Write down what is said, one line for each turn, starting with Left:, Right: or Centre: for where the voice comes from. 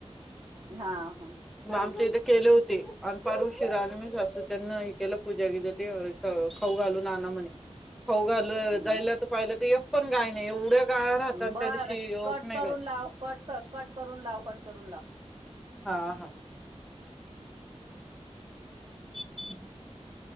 Right: हा हा
Centre: मा जे बे केले होते अन पारू शरा आणि मी असतं त्यांना हे केलं पूजा घ ते खाऊ घालू नाना म्हणे खाऊ घाल
Right: हम्म.
Centre: जायला तर पाहिलं तर पण गा नाही एवढ्या गाय राहत आणि
Right: बरं
Centre: त्या दिवशीक
Right: कट
Centre: नाही
Right: करून
Centre: गाय.
Right: लाव कट कट करून लाव कट करून लाव.
Centre: हा हा. <inaudible>